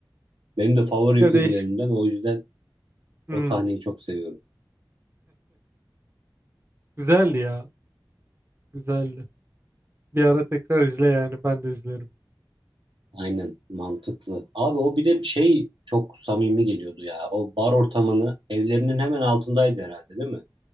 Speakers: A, on the right; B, on the right.
A: Benim de favori
B: Ya
A: filmlerimden
B: değişik.
A: o yüzden
B: Hmm.
A: o sahneyi çok seviyorum.
B: Güzeldi ya. Güzeldi. Bir ara tekrar izle yani. Ben de izlerim.
A: Aynen mantıklı. Abi o bir de şey çok samimi geliyordu ya. O bar ortamını evlerinin hemen altındaydı herhalde değil mi?